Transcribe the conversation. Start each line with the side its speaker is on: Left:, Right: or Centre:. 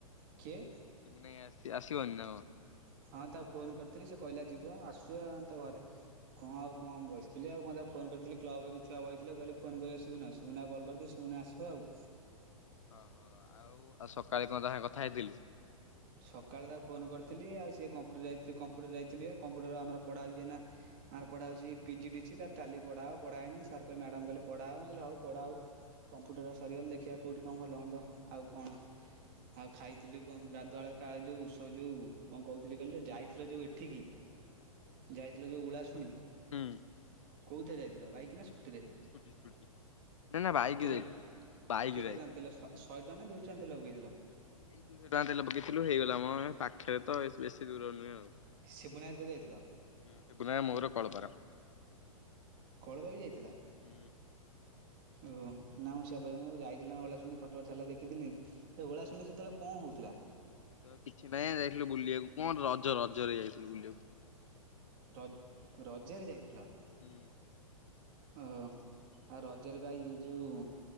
Right: କିଏ
Left: ସିପୁନ ଆଇ ଆସିଚି ଆସିବନି ନା କନ୍।
Right: ହଁ ତାକୁ ଫୋନ କରିଥିଲି ସେ କହିଲା ଯିବ ଆସୁ ଆଁ ତା ଘରେ କଣ ଆଉ କଣ ବସିଥିଲି ଆଉ କଣ ତାକୁ ଫୋନ କରିଥିଲି କ୍ଲବ ର ଛୁଆ ବଇଥିଲେ କହିଲେ ଫୋନ କରିଆ ସିପୁନା କୁ ସିପୁନା ଆଇ କଲ କରିିଥିଲି ସିପୁନା ଆସି ହଉ ଆଉ।
Left: ହଁ ହଁ ଆଉ ଆଉ ସକାଳେ କଣ ତା ସାଙ୍ଗେ କଥା ହେଇଥିଲୁ।
Right: ସକାଳେ ତାକୁ ଫୋନ କରିଥିଲି ଆଉ ସିଏ କମ୍ପୁଟର ଯାଇ କମ୍ପ୍ୟୁଟର ଯାଇଥିଲି ବା କମ୍ପ୍ୟୁଟର ଆମର ପଢା ହଉଚି ଏନା ଆମର ପଡା ହଉଚି ପି ଜି ଡି ସି ତା ପ ଟାଲି ପଢା ହବ ପଢା ହେଇନି ସାର୍ କଇ ମ୍ୟାଡାମ କଇଲେ ପଢା ହବ ମୁଁ କଇଲି ହଉ ପଢା ହଉ। କମ୍ପୁଟର ଟା ସରିଗଲେ ଦେଖିଆ କୋଉଠି କଣ ଭଲ ମନ୍ଦ ଆଉ କଣ ଆଉ ଖାଇଥିଲୁ କଣ ଗା ଧୁଆଳୁ କା ଯୋଉ ସୋ ଯୋଉ କଣ କହୁଥିଲି କହିଲୁ ଯାଇଥିଲ ଯୋଉ ଏଠିକି ଯାଇଥିଲ ଯୋଉ ଉଳାଶୁଣି
Left: ହୁଁ
Right: କୋଉଥିରେ ଯାଇଥିଲ ବାଇକ ନା ସ୍କୁଟ୍ ଟି ରେ
Left: ସ୍କୁଟି ସ୍କୁଟି ନା ନା ବାଇକ୍
Right: ତେଲ
Left: ଯାଇ
Right: କେତେ
Left: ବାଇକ୍ ଯାଇ
Right: ଟଙ୍କା ତେଲ ସ ଶହେ ଟଙ୍କ ନା ଦୁଇଶ ଟଙ୍କା ତେଲ ପକେଇଥିଲ।
Left: ଦୁଇଶହ ଟଙ୍କା ତେଲ ପକେଇଥିଲୁ ହେଇଗଲା ମ ପାଖରେ ତ ବେଶୀ ଦୂର ନୁହେଁ ଆଉ
Right: ଶିବୁନାର ତୋର ଯାଇଥିଲ?
Left: ଶିବୁନା ମୋର କଳପା ର
Right: କଳପା ବି ଯାଇଥିଲା?
Left: ହୁଁ।
Right: ଓହୋ ନା ମୁ ସେୟା ଯାଇଥିଲା ଓଳାଶୁଣି ଫଟ ଭଟ ଛାଡ଼ିଥିଲା ଦେଖିଥିଲି। ସେ ଓଳାଶୁଣି ସେତେବେଳେ କଣ ହଉଥିଲା?
Left: ତ କିଛି ନାଇଁ ଯାଇଥିଲୁ ବୁଲିଆକୁ କଣ ରଜ ରଜରେ ଯାଇଥିଲୁ ବୁଲିଆକୁ।
Right: ର ରଜରେ ଯାଇଥିଲ?
Left: ହୁଁ,
Right: ଓହୋ ଆଉ ରଜରେ ଭାଇ ଏ ଯୋଉ